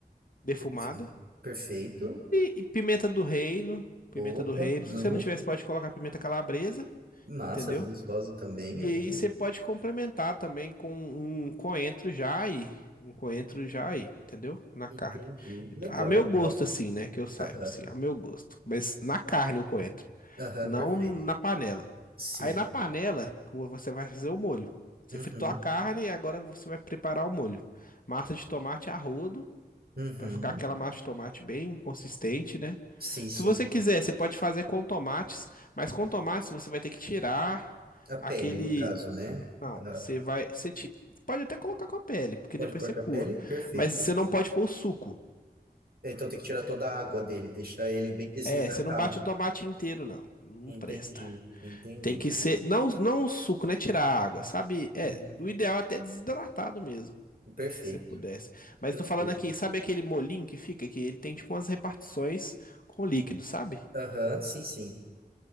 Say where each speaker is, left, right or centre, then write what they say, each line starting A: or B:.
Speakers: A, on the left; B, on the right.
A: defumada
B: Perfeito. Perfeito.
A: E, e pimenta do reino, pimenta
B: Opa,
A: do reino. Se
B: amo.
A: você não tivesse, pode colocar pimenta calabresa,
B: Massa,
A: entendeu?
B: gostosa também.
A: E
B: Aham.
A: aí você pode complementar também com um coentro já aí, um coentro já aí, entendeu? Na carne.
B: Entendi. Legal,
A: A meu
B: legal.
A: gosto assim, né, que eu saiba
B: Aham.
A: assim, a meu gosto. Mas na carne o coentro,
B: Aham,
A: não
B: perfeito.
A: na panela.
B: Sim.
A: Aí na panela que você vai fazer o molho. Você
B: Uhum,
A: fritou a carne e agora você vai preparar o molho. Massa de tomate a rodo.
B: uhum.
A: Pra ficar aquela massa de tomate bem consistente, né?
B: Sim, sim.
A: Se você quiser, você pode fazer com tomates, mas com tomates você vai ter que tirar
B: A pele,
A: aquele.
B: no caso, né?
A: Não,
B: Ah,
A: você vai. Você ti- pode até colocar com a pele, porque
B: pode
A: depois
B: pôr
A: você
B: com
A: coa.
B: a pele? Perfeito.
A: Mas você não pode pôr o suco.
B: Então tem que tirar toda a água dele, deixar ele bem desidratado.
A: É, você não bate o tomate inteiro, não. Não
B: Entendi,
A: presta.
B: entendi.
A: Tem que ser. Não, não o suco, né? Tirar a água, sabe? É,
B: Uhum,
A: o ideal é até desidratado mesmo,
B: Perfeito,
A: né? Se você pudesse. Mas
B: tranquilo.
A: tô falando aqui, sabe aquele molinho que fica? Que ele tem tipo umas repartições com líquido, sabe?
B: Aham, sim, sim.